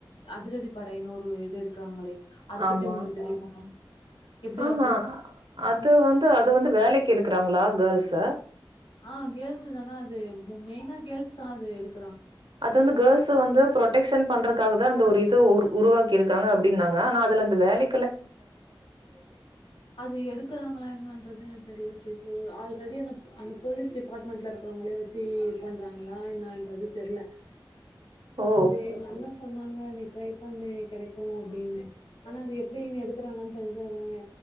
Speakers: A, on the left; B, on the right.
A: அதிரடிப்படைன்னு ஒரு இது எடுக்குறாங்களே அத பத்தி
B: ஆமா
A: உங்களுக்கு தெரியுமா எப்டி
B: ஆஹா
A: அப்ளை பண்
B: அது வந் து அது வந்து வேலைக்கு எடுக்குறாங்களா கேர்ள்ஸ்ச
A: ஆ கேள்ஸ் தானா அது மெய்னா கேர்ள்ஸ் தா அது எடு
B: அது வந்து கேள்ஸ் வந்து பு்ரொடெக்ஷன் பண்றக்காக தா அந்த ஒரு இது ஒரு உருவாக்கி இருக்காங்க அப்டின்னாங்க ஆனா அதுல அந்த வேலை
A: அது எடுக்குறாங்களா என்னான்றது எனக்கு தெரில சி கேஸு ஆல்ரடி அனப் அந்ந போலீஸ் டிபாட்மெண்ட்ல இருக்றவங்ளே வச்சி இத் பண்றாங்களா என்னா அண்றது தெரியல என்னா அன்றது தெர்ருல
B: ஓ
A: அதே எங்கண்ண சொன்னாங் அ நீ ட்ரை பண்ணு கேடைக்கு அப்டின்னு ஆனா அது எப் ப்டினு எடுக்கறாங்கன் தெஞ்சாதானே